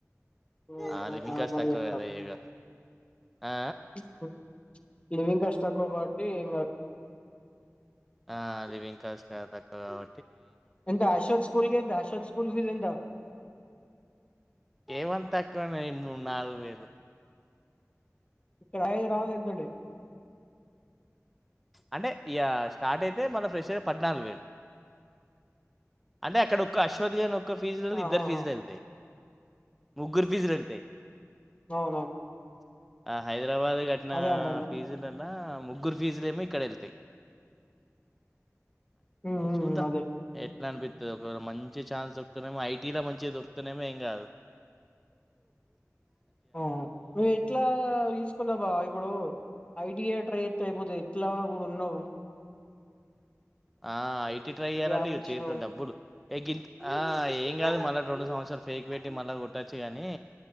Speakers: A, on the left (about 20°); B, in the centre.
A: <unintelligible>
B: ఆ లివింగ్ కాస్ట్ తక్కువ కదా ఇగ ఆ
A: లివింగ్ కష్టం. కాబట్టి ఇంగ
B: ఆ లివింగ్ కాస్ గా తక్కువ కాబ
A: ఎంత అర్షోద్ స్కూల్ కె ఎంత అషోద్ స్కూల్ ఫీజు ఎం త
B: ఏమంత తక్కువనే మూడు నాలుగు వేలు
A: ఇక్కడయేగా <unintelligible> ఎంతండి
B: అంటే ఇగ స్టార్ట్ అయితే మన ఫ్రెష్ పద్నాలుగు వేలు అంటే అక్కడ ఒక్క అశ్వథ్ గని. ఫీజులలో
A: ఆహాహా
B: ఇద్దరు ఫీజులు వెళ్తాయి ముగ్గురు ఫీజులు వెళ్తాయి
A: అవునవును
B: ఆ హైదరాబాద్ నా
A: అదే అంటన్న
B: ఫీజులన్ నా ముగ్గురు ఫీజలేమో ఇక్కడెళ్తయి
A: ఉమ్ ఉమ్
B: చూద్దా
A: అదే
B: ఏ ట్లా అనిపిత్తది ఒకవేళ మంచి ఛాన్స్ దొరుకుతేనేమో ఐ టీ లో మంచిగా దొరుకుతెనేమో ఏం కాదు
A: ఆ నువ్వు ఎట్లా తీసుకున్నావు బావా ఇప్పుడు ఐ టీ యే ట్రై ఎతే అయిపోత్తై ఇట్లా ఇప్పుడు ఉన్నావు
B: ఆ ఐ టి ట్రై చెయ్యాలంటే
A: గ్యాప్
B: ఇగ
A: ఇచ్చినవు
B: చేతిలో డబ్బులు ఏ గింత్ ఆ ఏం కాదు మళ్ళా రొండు సంవత్సరాలు ఫేక్ పెట్టి మళ్ళా కొట్టొచ్చు కానీ